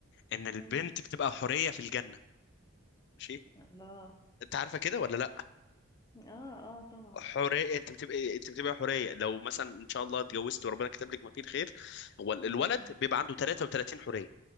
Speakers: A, on the left (about 55°); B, on the left (about 20°).
A: ان البنت
B: م.
A: بتبقى حوريه في الجنه ماشي
B: الله
A: انت عارفه كده ولا لا
B: اه اه طبعا
A: حريه انت بتبقى انت بتبقى حريه لو مثلا ان شاء الله اتجوزت وربنا كتب لك ما فيه الخير هو ال- الولد
B: م.
A: بيبقى عنده 33 حريه